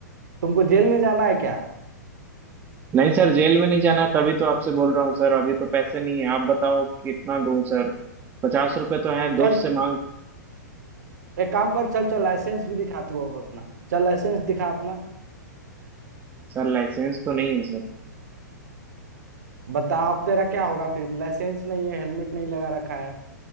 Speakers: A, on the right; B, on the right.
A: तुमको जेल में जाना है क्या
B: नहीं सर जेल में नहीं जाना है तभी तो आपसे बोल रहा हूँ सर अभी तो पैसे नहीं है आप बताओ कितना दूं सर पचास रुपए तो हैं दोस्त
A: चल
B: से मांग
A: एक काम कर चल चल लाइसेंस भी दिखा तू अब अपना चल लाइसेंस दिखा अपना
B: सर लाइसेंस तो नहीं है सर
A: बता अब तेरा क्या होगा फिर लाइसेंस नहीं है हेलमेट नहीं लगा रखा है